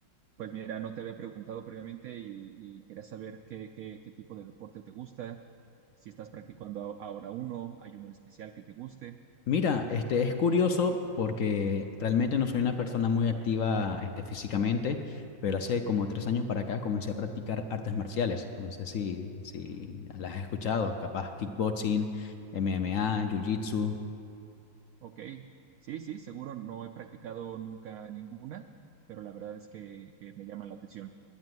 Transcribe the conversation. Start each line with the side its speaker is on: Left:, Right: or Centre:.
Right: Pues mira, no te había preguntado previamente y, y quería saber qué, qué, qué tipo de deporte te gusta, si estás practicando a- ahora uno, hay uno en especial que te guste.
Left: Mira, este es curioso porque realmente no soy una persona muy activa, este, físicamente, pero hace como tres años para acá comencé a practicar artes marciales. No sé si, si las has escuchado, capaz kickboxing, MMA, jiu-jitsu.
Right: Ok, sí, sí, seguro no he practicado nunca ninguna, pero la verdad es que, que me llaman la atención.